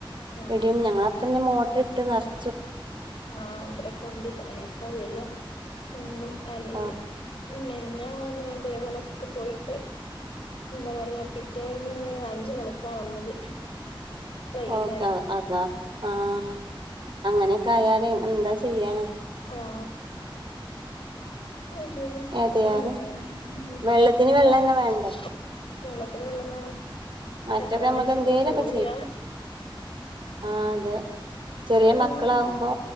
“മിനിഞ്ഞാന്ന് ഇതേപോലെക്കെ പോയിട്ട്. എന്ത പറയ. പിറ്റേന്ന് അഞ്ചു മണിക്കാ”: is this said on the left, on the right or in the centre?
Left